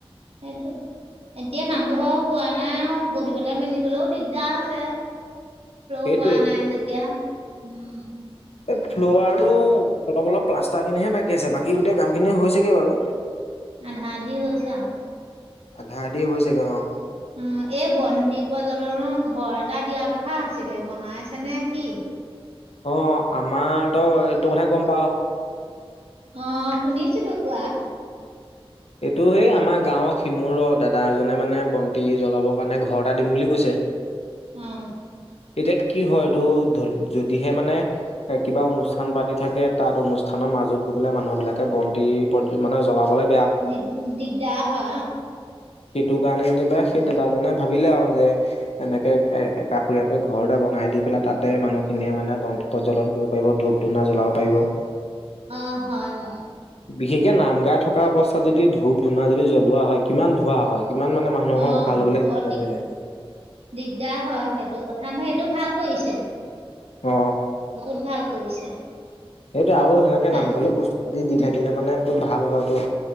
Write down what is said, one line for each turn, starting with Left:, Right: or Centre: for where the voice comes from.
Right: সেইটো, এতিয়া নামঘৰ হোৱা নাই আৰু, বহিবলৈ মেলিবলৈও দিগদাৰ আছে। ক্'
Left: সেইটোৱে
Right: কোৱা নাই যেতিয়া উম
Left: এ ফ্ল আৰু
Right: হয়
Left: অলপ অলপ প্লাষ্টাৰ খিনিহে বাকী আছে বাকী গোটেই কামখিনি হৈছেগে বাৰু
Right: আধা আধি হৈছে আৰু
Left: আধা আধি হৈছেগে অ
Right: অ এই বন্তি প্ৰজ্বলনৰো ঘৰ এটা দিয়া কথা আছিলে বনাইছে নে কি
Left: অ আমাৰ তো এইটো কথা গম প
Right: অ শুনিছিলো কোৱা
Left: এইটো সেই আমাৰ গাঁৱৰ সিমুৰ দাদা এজনে মানে বন্তি জ্বলাবৰ কাৰণে ঘৰ এটা দিম বুলি কৈছে
Right: অম
Left: এতিয়া কি হয় এইটো ধ যদিহে মানে এ কিবা অনুষ্ঠান পাতি থাকে তাত অনুষ্ঠানৰ মাজত গৈ পেলাই মানুহ বিলাকে বন্তি মানে জ্বলাবলৈ
Right: দ দিগদা হ উ
Left: সেইটো কাৰণে যেনিবা সেই দাদাজনে ভাবিলে আৰু যে এনেকে কষুৰীয়াকে ঘৰ এতে বনাই দি পেলাই তাতে মানুহখিনিয়ে মানে বন প্ৰজ্বলন কৰিব পাৰিব ধূপ ধূনা জ্বলাব পাৰিব
Right: অ হয় এ ন
Left: বিশেষকে নাম গাই থকা অৱস্থা াত যদি ধূপ ধুনা যদি জ্বলোৱা হয় কিমান ধোোৱা হয় কিমান মানে মানুহৰ
Right: অ'
Left: উশাহ লবলৈ
Right: বৰ
Left: দিগদাৰ
Right: দিগ
Left: হৈ যায়
Right: দিগদাৰ হয় সেইটো কথা ম সেইটো ভাল কৰিছে
Left: অ
Right: বহুত ভাল কৰিছে
Left: আৰু এনেকে নামঘৰলে
Right: আহ,
Left: বস্তু পাতি দি
Right: উম,
Left: থাকিলে মানে ভাল হয়তটো